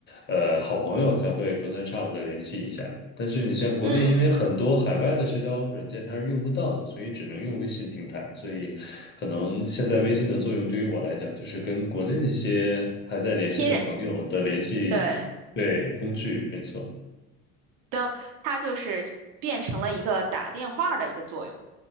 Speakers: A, on the left (about 30°); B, on the right (about 60°).
A: 呃，好朋友才会隔三差五的联系一下。但是你像国内，
B: 嗯，
A: 因为很多海外的社交软件它是用不到的，所以只能用微信平台。所以，可能现在微信的作用对于我来讲，就是跟国内的一些还在联系的朋友的联系，
B: 亲人，对。
A: 对，工具，没错。
B: 的它就是变成了一个打电话的一个作用。